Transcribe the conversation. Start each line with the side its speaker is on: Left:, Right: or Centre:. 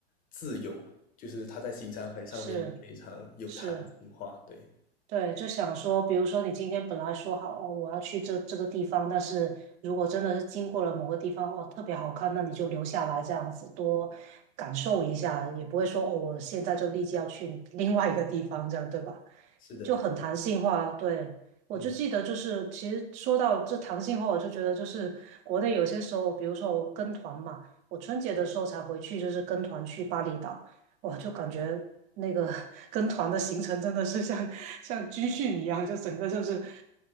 Left: 自由，就是它在行程安排上面非常有弹性化。
Right: 是是，
Left: 对，
Right: 对，就想说，比如说你今天本来说好哦，我要去这这个地方，但是如果真的是经过了某个地方，哦，特别好看，那你就留下来这样子多感受一下，也不会说哦，我现在就立即要去 <laughs> 另外一个地方，这样对吧？
Left: 是的，
Right: 就很弹性化。对，我就记得就是，
Left: 嗯。
Right: 其实说到这弹性化，我就觉得就是国内有些时候，比如说我跟团嘛，我春节的时候才回去，就是跟团去巴厘岛。哇，就感觉那个 <laughs> 跟团的行程真的是像像军训一样，就整个就是